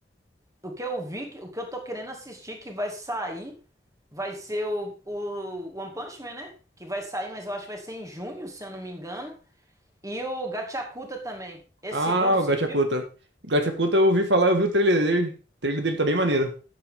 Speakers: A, on the right; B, on the right.
A: o que eu vi, que- o que eu tô querendo assistir que vai sair vai ser o, o One Punch Man, né? Que vai sair, mas eu acho que vai ser em junho, se eu não me engano. E o Gachakuta também. Esse
B: Ah,
A: segundo,
B: o
A: você
B: Gachakuta.
A: viu?
B: O Gachakuta eu ouvi falar, eu vi o trailer dele. O trailer dele tá bem maneiro.